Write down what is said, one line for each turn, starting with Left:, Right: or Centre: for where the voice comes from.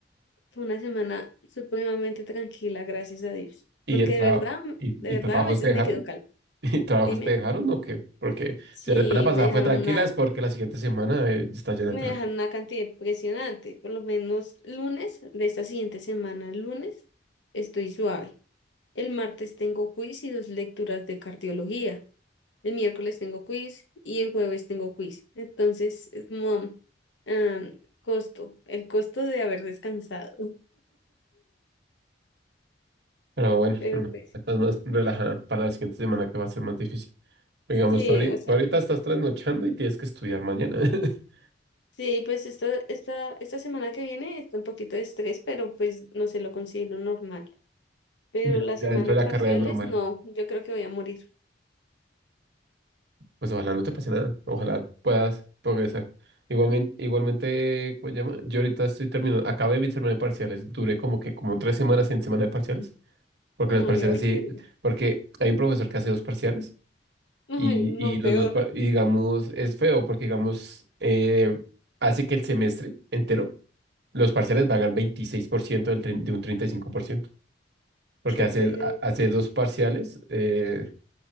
Left: fue una semana supremamente tranquila, gracias a Dios.
Right: ¿Y,
Left: Porque
Right: el trabajo
Left: de verdad,
Right: y,
Left: de verdad,
Right: y trabajos
Left: a veces
Right: te dejaron?
Left: me quedo calma.
Right: <laughs> ¿Y trabajos
Left: Dime
Right: te dejaron o qué? Porque
Left: si
Right: si la semana pasada
Left: me dejaron
Right: fue tranquila,
Left: una,
Right: es porque la siguiente semana eh, está llena
Left: me
Right: de trabajo.
Left: dejaron una cantidad impresionante. Por lo menos lunes de esta siguiente semana, lunes, estoy suave. El martes tengo quiz y dos lecturas de cardiología. el miércoles tengo quiz y el jueves tengo quiz. Entonces, es como am, costo, el costo de haber descansado.
Right: Pero bueno,
Left: Pero
Right: me-
Left: pues,
Right: estás más relajada para la siguiente semana que va a ser más difícil. Digamos,
Left: sí,
Right: tú ahorita,
Left: o sea,
Right: tú ahorita estás trasnochando y tienes que estudiar mañana. <laughs>
Left: sí, pues esto, esta, esta semana que viene está un poquito de estrés, pero pues no se lo considero normal. Pero
Right: Ya,
Left: la semana
Right: ya dentro de
Left: de
Right: la
Left: parciales,
Right: carrera es normal.
Left: no, yo creo que voy a morir.
Right: Pues ojalá no te pase nada. Ojalá puedas progresar. Igualmente, igualmente, ¿cómo se llama? Yo ahorita estoy terminando, acabé mi semana de parciales. Duré como que como tres semanas en semana de parciales. Porque
Left: Ay,
Right: los parciales
Left: horrible.
Right: sí, porque hay un profesor que hace dos parciales
Left: Ay,
Right: y,
Left: no,
Right: y los
Left: peor.
Right: dos, par- y digamos, es feo porque digamos, eh, hace que el semestre entero los parciales pagan 26% del, tre- de un 35%, porque
Left: Qué
Right: hace,
Left: pedo.
Right: ha- hace dos parciales eh,